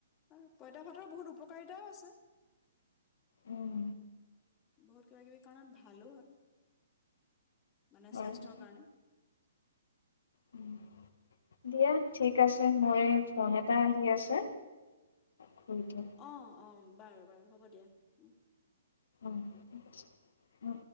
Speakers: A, on the left (about 15°); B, on the left (about 70°).
A: <unintelligible> তা ভাতৰ বহুত উপকাৰিতাও আছে।
B: উম।
A: বহুত কিবাকিবি। কাৰণ ভালো হয়। মানে
B: হয়,
A: স্বাস্থ্যৰ
B: হয়,
A: কাৰণে।
B: উম। দিয়া ঠিক আছে মই ফোন এটা আহি আছে। কৰি দিয়া।
A: অহ, উম। বাৰু বাৰু হ'ব দিয়া। উম।
B: অ <unintelligible> অ।